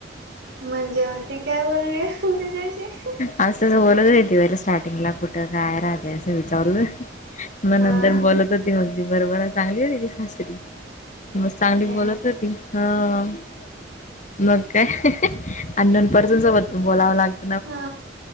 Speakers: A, on the right (about 65°); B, on the left (about 40°).
A: म्हणजे मग ती काय बोलली तूच्याशी <inaudible>
B: असच बोलत होती ती पहिला स्टार्टिंगला कुठं काय राहते असं विचारूनच <inaudible> मग
A: हा
B: नंतर
A: हा.
B: बोलत होती मग ती बराबरा चांगली होती ती हसरी मस्त चांगली
A: हे
B: बोलत होती हो <inaudible> मग काय <inaudible> अनोन पर्सन सोबत बोलावं लागत.
A: हा